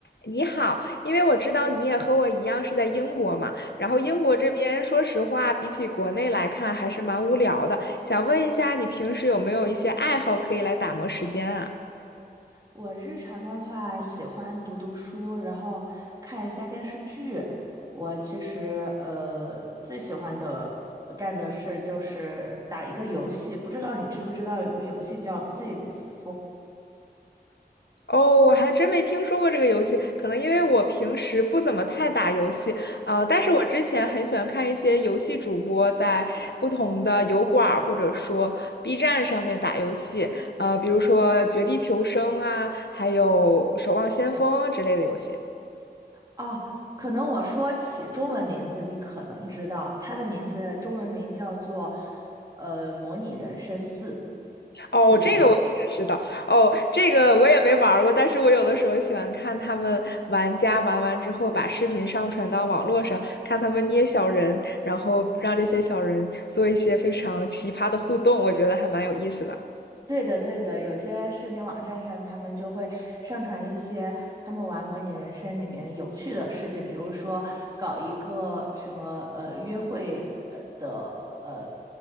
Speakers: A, on the left (about 80°); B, on the right (about 20°).
A: 你好，因为我知道你也和我一样是在英国嘛，然后英国这边说实话，比起国内来看还是蛮无聊的，想问一下你平时有没有一些爱好可以来打磨时间啊？
B: 我日常的话，喜欢读读书，然后看一下电视剧。我其实呃最喜欢的呃干的事就是打一个游戏，不知道你知不知道有个游戏叫《Sims 4》
A: 哦，我还真没听说过这个游戏，可能因为我平时不怎么太打游戏，呃，但是我之前很喜欢看一些游戏主播在不同的油管儿或者说 B 站上面打游戏，呃，比如说《绝地求生》啊，还有《守望先锋》之类的游戏。
B: 啊？可能我说起中文名字，你可能知道它的名字中文名叫做呃《模拟人生四》，
A: 哦，
B: 不知道。
A: 这个我也知道。哦，这个我也没玩儿过，但是我有的时候喜欢看他们玩家玩完之后，把视频上传到网络上，看他们捏小人，然后让这些小人做一些非常奇葩的互动，我觉得还蛮有意思的
B: 对的，对的，有些视频网站上，他们就会上传一些他们玩模拟人生里面有趣的事情，比如说搞一个什么呃约会呃的呃